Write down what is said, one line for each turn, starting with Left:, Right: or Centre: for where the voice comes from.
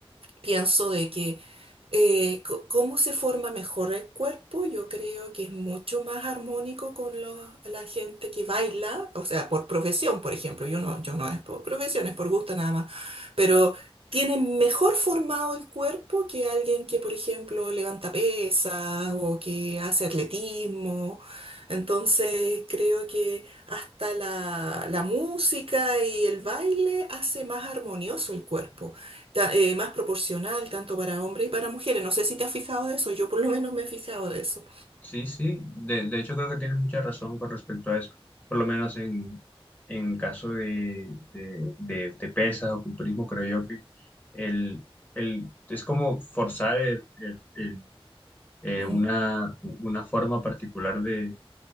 Right: pienso de que eh, co- cómo se forma mejor el cuerpo, yo creo que es mucho más armónico con los- la gente que baila, o sea, por profesión, por ejemplo, yo no, yo no es por profesión, es por gusto nada más, pero tiene mejor formado el cuerpo que alguien que, por ejemplo, levanta pesas o que hace atletismo. Entonces, creo que hasta la, la música y el baile hace más armonioso el cuerpo ta- eh, más proporcional tanto para hombres y para mujeres. No sé si te has fijado de eso, yo por lo menos me he fijado de eso.
Left: Sí, sí, de, de hecho creo que tienes mucha razón con respecto a eso. Por lo menos en, en caso de, de, de- de pesas o culturismo, creo yo que el, el, es como forzar el- el- el, eh,
Right: Mm,
Left: una, una forma particular de,